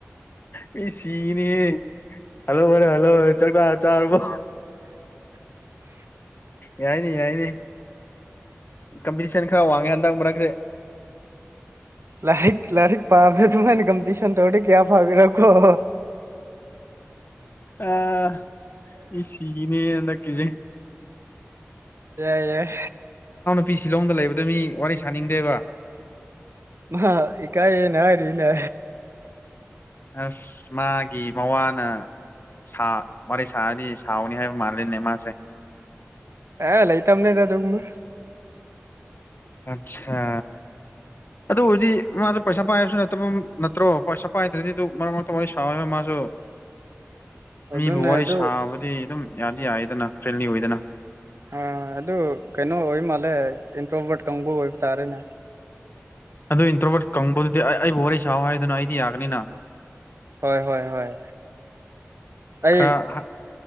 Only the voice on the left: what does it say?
ꯃꯤ ꯁꯤꯅꯤ ꯍꯜꯂꯣ ꯃꯔꯔꯦ ꯍꯜꯂꯣ ꯍꯔꯦ ꯆꯆꯥ ꯆꯔꯔꯕꯣ
ꯌꯥꯏꯅꯤ ꯌꯥꯏꯅꯤ ꯀꯝꯄꯤꯇꯤꯁꯟ ꯈꯔ ꯋꯥꯡꯉꯦ ꯍꯟꯗꯛ ꯃꯔꯛꯁꯦ
ꯑꯥ ꯃꯤ ꯁꯤꯅꯦꯀꯤꯖꯦ
ꯅꯨꯄꯤ ꯁꯤꯂꯣꯡꯗ ꯂꯩꯕꯗ ꯃꯤ ꯋꯥꯔꯤ ꯁꯥꯅꯤꯡꯗꯦꯕ
ꯑꯁ ꯃꯥꯒꯤ ꯃꯋꯥꯅ ꯁꯥ ꯋꯥꯔꯤ ꯁꯥꯔꯗꯤ ꯁꯥꯎꯅꯤ ꯍꯥꯏꯕ ꯃꯥꯜꯂꯤꯅꯦ ꯃꯥꯁꯦ
ꯑꯆꯥ ꯑꯗꯨꯕꯨꯔꯗꯤ ꯃꯥꯁꯨ ꯄꯩꯁꯥ ꯄꯥꯏꯕꯁꯨ ꯅꯠꯇꯕ ꯅꯠꯇ꯭ꯔꯣ ꯄꯩꯁꯥ ꯄꯥꯏꯗ꯭ꯔꯗꯤ ꯑꯗꯨ ꯃꯔꯛ ꯃꯔꯛꯇ ꯋꯥꯔꯤ ꯁꯥꯎꯋ ꯃꯥꯁꯨ
ꯃꯤꯕꯨ ꯋꯥꯔꯤ
ꯁꯥꯕꯗꯤ ꯑꯗꯨꯝ ꯌꯥꯗꯤ ꯌꯥꯏꯗꯅ ꯐ꯭ꯔꯦꯟꯂꯤ ꯑꯣꯏꯗꯅ
ꯑꯗꯨ ꯏꯟꯇ꯭ꯔꯣꯕꯣꯠ ꯀꯪꯕꯗꯨꯗꯤ ꯑꯩꯕꯨ ꯋꯥꯔꯤ ꯁꯥꯎ ꯍꯥꯏꯗꯨꯅ ꯑꯩꯗꯤ ꯌꯥꯒꯅꯤꯅ
ꯈꯔ